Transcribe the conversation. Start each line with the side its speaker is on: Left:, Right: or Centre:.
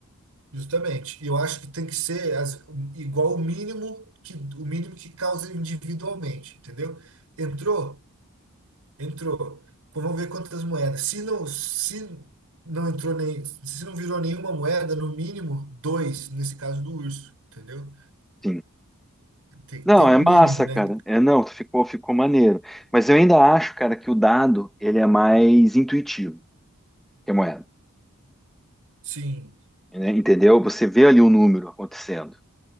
Right: Justamente. E eu acho que tem que ser as- igual o mínimo que o mínimo que causa individualmente, entendeu? Entrou? Entrou. Então, Vamos ver quantas moedas. Se não, se não entrou nem, se não virou nenhuma moeda, no mínimo dois, nesse caso do urso, entendeu?
Centre: Sim.
Right: Tem,
Centre: Não,
Right: tem um
Centre: é massa,
Right: mínimo, né?
Centre: cara. É, não, ficou, ficou maneiro. Mas eu ainda acho, cara, que o dado ele é mais intuitivo que a moeda,
Right: Sim.
Centre: né? Entendeu? Você vê ali o número acontecendo